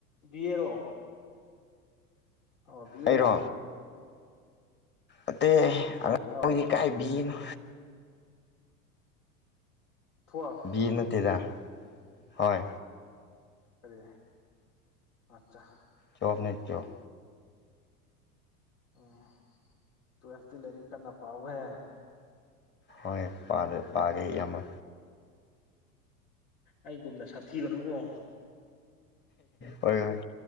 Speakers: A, on the left; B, on the left.
A: ꯕꯤ ꯌꯦ ꯔꯣ ꯑꯣ ꯕꯤ
B: ꯑꯩꯔꯣ
A: ꯑꯦ ꯔꯥ
B: ꯑꯇꯩ ꯑꯥꯈꯣꯏꯗꯤ
A: ꯑꯥꯎ
B: ꯀꯥꯏ ꯕꯤ ꯑꯦ ꯅꯣ
A: ꯇꯨꯋꯦꯜꯐ
B: ꯕꯤ ꯑꯦ ꯅꯠꯇꯦꯗꯥ ꯍꯣꯏ
A: ꯀꯔꯤ ꯑꯠꯆꯥ
B: ꯆꯣꯝꯅꯦ ꯆꯣ
A: ꯎꯝ ꯇꯨꯋꯦꯜ꯭ꯐꯇꯤ ꯂꯥꯏꯔꯤꯛ ꯀꯟꯅ ꯄꯥꯎꯍꯦ
B: ꯍꯣꯏ ꯄꯥꯗꯦ ꯄꯥꯒꯦ ꯏꯌꯥꯝꯕ
A: ꯑꯩꯒꯨꯝꯅ ꯁꯥꯊꯤꯒꯅꯨꯀꯣ
B: ꯍꯣꯏ ꯍꯣꯏ